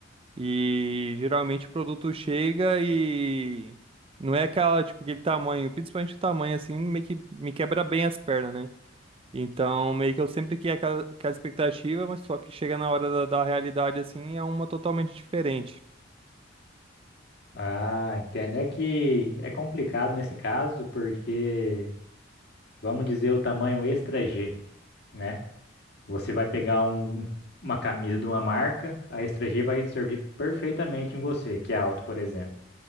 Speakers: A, on the right; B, on the left.
A: E geralmente o produto chega e não é aquela, tipo, aquele tamanho, principalmente o tamanho assim, meio que me quebra bem as pernas, né? Então, meio que eu sempre criei aquela, aquela expectativa, mas só que chega na hora da, da realidade assim, é uma totalmente diferente.
B: Ah, entendo. É que é complicado nesse caso, porque vamos dizer o tamanho extra G, né? Você vai pegar um- uma camisa de uma marca, a extra G vai servir perfeitamente em você, que é alto, por exemplo.